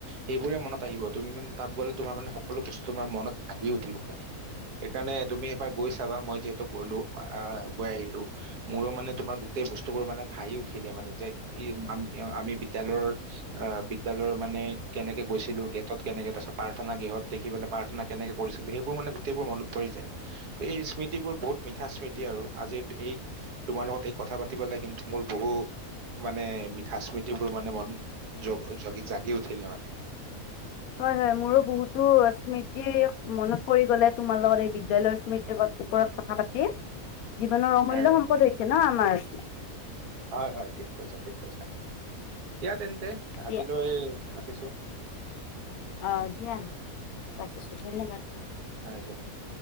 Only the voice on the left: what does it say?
হয় হয় মোৰো বহুতো স্মৃতি মনত পৰি গলে তোমাৰ লগত এই বিদ্যালয় স্মৃতিৰ ওপৰত কথা পাতি
জীৱনৰ অমূল্য
সম্পদ
হৈছে ন আমাৰ
দিয়া
অ দিয়া ৰাখিছোঁ ধন্যবাদ